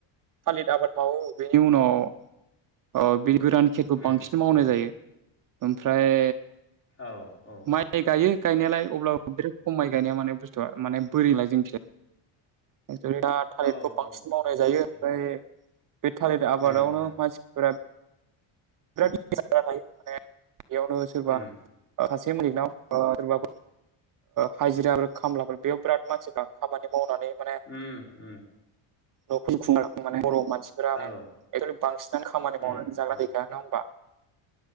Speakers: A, on the right; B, on the left.
A: थालिर आबाद मावो बेनि उनाव गोरान खटखौ
B: उम
A: बांसिन मावनाय
B: उम
A: जायो ओमफ्राय
B: औ औ
A: माइ गायो गायनायालाय अब्लाबो बिराद खम माय गायनाया माने बुस्थुआ माने बोरैलाय जोंनिथिं जाय <unintelligible> थालिरखौ
B: औ
A: बांसिन
B: औ
A: मावनाय जायो
B: औ उम
A: ओमफ्राय बे थालिर आबादावनो
B: उम उम
A: मानसिफोरा बिराद थायो माने बेयावनो सोरबा
B: उम
A: सासे मालिगनाव सोरबा हाजिरा आरो खामलाफोर बेयाव बिराद मानसिफ्रा खामानि मावनानै माने
B: उम उम
A: नखर खुंनो माने बर मानसिफोरा
B: औ
A: माने बांसिनानो खामानि
B: उम
A: मावनानै जाग
B: उम
A: दा नङा होनबा